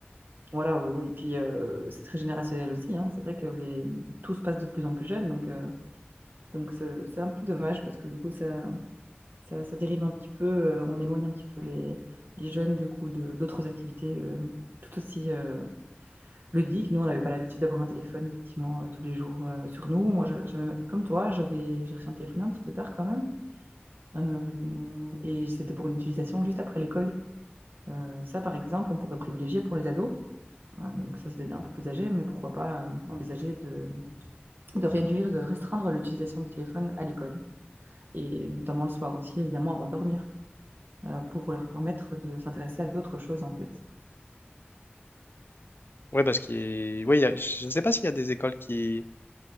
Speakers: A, on the right; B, on the left.
A: voilà, euh, oui. Puis euh, c'est très générationnel aussi. hein. C'est vrai que les tout se passe de plus en plus jeune, donc euh, donc c'est c'est un peu dommage parce que du coup ça ça, ça dérive un petit peu, euh, on éloigne un petit peu les, les jeunes du coup de d'autres activités euh, tout aussi euh, ludiques. Nous, on n'avait pas l'habitude d'avoir un téléphone effectivement euh, tous les jours euh, sur nous. Moi, je- j'avais, comme toi, j'avais, j'ai reçu un téléphone un petit peu tard quand même, Euh, et c'était pour une utilisation juste après l'école. Euh, ça, par exemple, on pourrait privilégier pour les ados. Euh, donc ça, c'est un peu plus âgé, mais pourquoi pas euh, envisager de, de réduire, de restreindre l'utilisation du téléphone à l'école, et notamment le soir aussi, évidemment, avant de dormir. euh, pour leur permettre de s'intéresser à d'autres choses, en fait.
B: Ouais parce qu'il ouais il y a- je ne sais pas s'il y a des écoles qui...